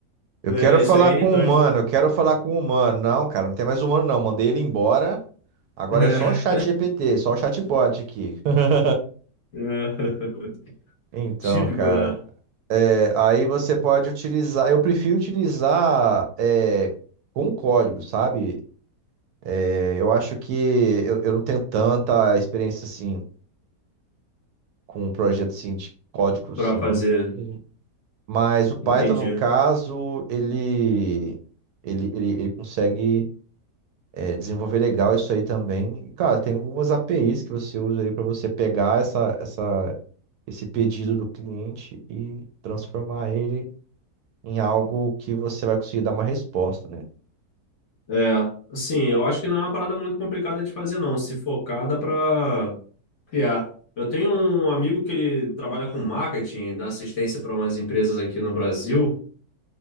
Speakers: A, on the right; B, on the left.
A: Eu
B: É,
A: quero
B: isso
A: falar
B: aí é
A: com
B: irritante.
A: o humano, eu quero falar com o humano. Não, cara, não tem mais humano não, mandei ele embora. Agora
B: É,
A: é só o chat GPT, só o chatbot aqui. <laughs>
B: <laughs> é,
A: Então,
B: típico,
A: cara,
B: né?
A: é, aí você pode utilizar. Eu prefiro utilizar é, com código, sabe? É, eu acho que eu, eu não tenho tanta experiência assim com um projeto assim, de código assim,
B: Para fazer,
A: bruto mesmo. Mas o Python,
B: entendi.
A: no caso, ele, ele, ele, ele consegue é, desenvolver legal isso aí também. E, cara, tem algumas APIs que você usa ali para você pegar essa, essa, esse pedido do cliente e transformar ele em algo que você vai conseguir dar uma resposta, né?
B: É, assim, eu acho que não é uma parada muito complicada de fazer, não. Se focada para criar. Eu tenho um amigo que ele trabalha com marketing, dá assistência para umas empresas aqui no Brasil,